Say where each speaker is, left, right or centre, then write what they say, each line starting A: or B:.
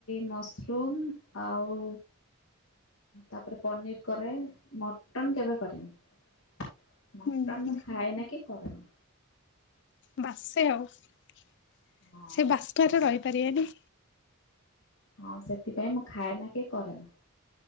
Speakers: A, on the left; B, on the left.
A: ମସରୁମ ଆଉ ତାପରେ ପନିରି କରେ। ମଟନ୍ କେବେ କରିନି। ମଟନ୍
B: ହୁଁ
A: ମୁଁ ଖାଏ ନା କିି କରେନି।
B: ବାସେ ଆଉ ସେ
A: ହଁ
B: ବାସ୍ନାରେ ରହିପାରିବେନି।
A: ହଁ ସେଥିପାଇଁ ମୁଁ ଖାଏ ନା କି କରେନା।